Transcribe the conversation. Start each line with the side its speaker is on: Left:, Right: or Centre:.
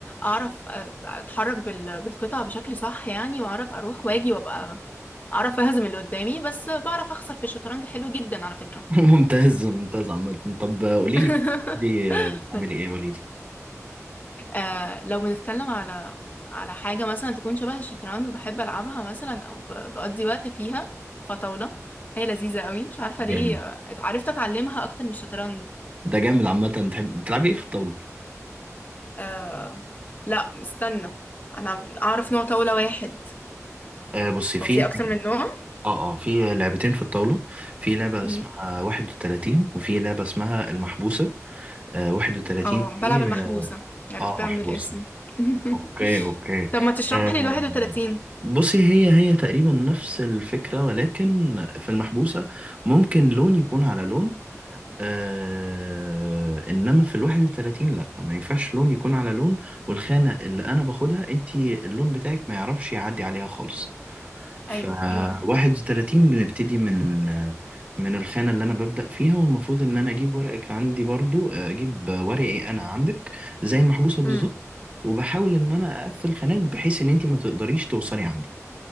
Left: اعرف آه، اتحرك بال- بالقطع بشكل صح يعني واعرف اروح واجي وابقى اعرف اهزم اللي قدامي بس بعرف اخسر في الشطرنج حلو جدا على فكرة
Right: <laughs> ممتاز ممتاز عامة طب آه، قوليلي
Left: <laughs>
Right: كده دي آه، بتعملي
Left: قولي.
Right: إيه قوليلي
Left: أه لو بنتكلم على على حاجة مثلا تكون شبه الشطرنج بحب العبها مثلا او ب- بقضي وقت فيها فطاولة هي لذيذة قوي مش عارفة
Right: جامد
Left: ليه آه، عرفت اتعلمها اكتر من الشطرنج
Right: ده جامد عامة تحب بتلعبي إيه في الطاولة؟
Left: آه لا استنى انا اعرف نوع طاولة واحد
Right: آه بصي في
Left: هو في اكتر من نوع
Right: اه اه في لعبتين في الطاولة في لعبة اسمها
Left: مم.
Right: واحد وتلاتين وفي لعبة اسمها المحبوسة آه 31
Left: اه
Right: دي
Left: بلعب المحبوسة
Right: اه
Left: عرفتها
Right: آه، محبوسة
Left: من الاسم <laughs>
Right: اوكي اوكي
Left: طب ما تشرح
Right: آه
Left: لي ال 31
Right: بصي هي هي تقريبا نفس الفكرة ولكن في المحبوسة ممكن لون يكون على لون آه انما في الواحد وتلاتين لا ما ينفعش لون يكون على لون والخانة اللي انا باخدها انتي اللون بتاعك ما يعرفش يعدي عليها خالص ف
Left: ايوه
Right: 31 بنبتدي من من الخانة اللي أنا ببدأ فيها والمفروض إن أنا أجيب ورقك عندي برضو أجيب ورقي أنا عندك زي المحبوسة بالظبط
Left: امم
Right: وبحاول إن أنا أقفل خانات بحيث إن أنت ما تقدريش توصلي عندي